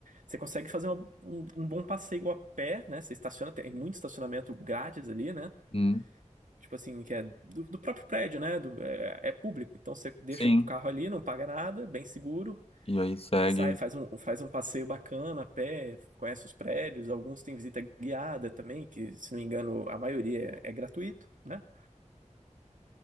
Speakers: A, on the right (about 80°); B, on the left (about 50°).
A: você consegue fazer uma- um, um bom passeio a pé, né? Você estaciona, tem muito estacionamento grátis ali, né?
B: Hum,
A: Tipo assim, que é do, do próprio prédio, né? Do- é, é público. Então você deixa
B: sim.
A: o carro ali, não paga nada, bem seguro,
B: E aí segue.
A: sai, faz um, faz um passeio bacana a pé, conhece os prédios, alguns têm visita guiada também, que se não me engano a maioria é é gratuito, né?